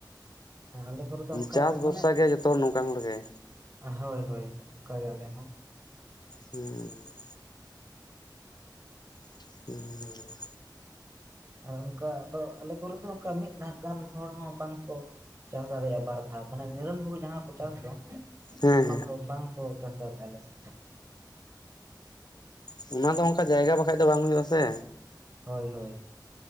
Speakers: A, on the right; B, on the left.
A: ᱟᱞᱮ ᱠᱚᱨᱮ ᱫᱚ ᱚᱱᱠᱟ
B: ᱪᱟᱥ ᱵᱷᱚᱨᱥᱟ
A: ᱢᱟᱱᱮ
B: ᱜᱮ ᱡᱚᱛᱚ ᱱᱚᱝᱠᱟᱱ ᱦᱚᱲ ᱜᱮ
A: ᱦᱳᱭ ᱦᱳᱭ ᱚᱱᱠᱟ ᱜᱮ ᱟᱞᱮ ᱦᱚᱸ᱾
B: ᱦᱩᱸ ᱦᱩᱸ
A: ᱟᱨ ᱚᱱᱠᱟ ᱟᱫᱚ ᱟᱞᱮ ᱠᱚᱨᱮᱜ ᱫᱚ ᱚᱱᱠᱟ ᱢᱤᱫ ᱫᱷᱟᱣ ᱜᱟᱱ ᱦᱚᱲ ᱦᱚᱸ ᱵᱟᱝᱠᱚ ᱪᱟᱥ ᱫᱟᱲᱮᱭᱟᱜᱼᱟ ᱵᱟᱨ ᱫᱷᱟᱣ ᱢᱟᱱᱮ ᱱᱤᱨᱚᱱ ᱦᱩᱲᱩ ᱡᱟᱦᱟᱸ ᱠᱚ ᱪᱟᱥ ᱫᱚ᱾
B: ᱦᱮᱸ
A: ᱚᱱᱟ ᱫᱚᱦᱚ ᱵᱟᱝᱠᱚ ᱪᱟᱥ ᱫᱟᱲᱮᱜᱼᱟ ᱟᱞᱮ ᱥᱮ᱾
B: ᱦᱩᱸ ᱚᱱᱟ ᱫᱚ ᱚᱝᱠᱟ ᱡᱟᱭᱜᱟ ᱵᱟᱠᱷᱟᱡ ᱫᱚ ᱵᱟᱝ ᱦᱩᱭᱩᱜ ᱟᱥᱮ᱾
A: ᱦᱳᱭ ᱦᱳᱭ